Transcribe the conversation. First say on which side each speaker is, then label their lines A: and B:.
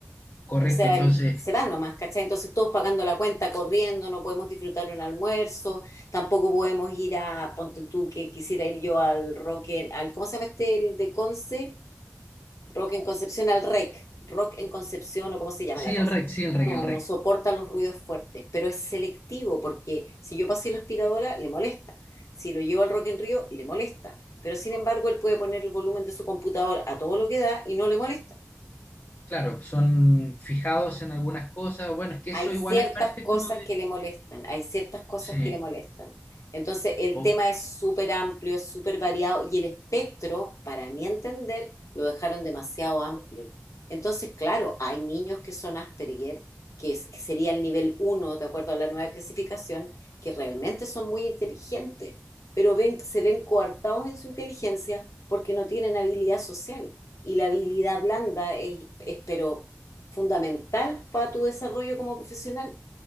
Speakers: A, on the left; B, on the left.
A: correcto,
B: O sea,
A: entonces,
B: el- se van nomás, ¿cachai? Entonces todos pagando la cuenta, corriendo, no podemos disfrutar un almuerzo, tampoco podemos ir a, ponte tú que quisiera ir yo al rock, en- al, ¿cómo se llama este el de Conce? Rock en Concepción, al REC, rock en Concepción o cómo se llama
A: sí,
B: la cosa.
A: el REC, sí, el REC,
B: No,
A: el REC.
B: no soporta los ruidos fuertes, pero es selectivo porque si yo pasé la aspiradora, le molesta. Si lo llevo al Rock en Río, le molesta. Pero sin embargo, él puede poner el volumen de su computador a todo lo que da y no le molesta.
A: Claro, son fijados en algunas cosas. Bueno, es que
B: hay
A: eso
B: ciertas
A: igual es parte
B: cosas
A: como de...
B: que le molestan, hay ciertas cosas
A: Sí.
B: que le molestan. Entonces, el
A: O-
B: tema es súper amplio, es súper variado y el espectro, para mi entender, lo dejaron demasiado amplio. Entonces, claro, hay niños que son Asperger, que, es, que sería el nivel uno, de acuerdo a la nueva clasificación, que realmente son muy inteligentes, pero ven, se ven coartados en su inteligencia porque no tienen habilidad social. Y la habilidad blanda es, es, pero fundamental para tu desarrollo como profesional.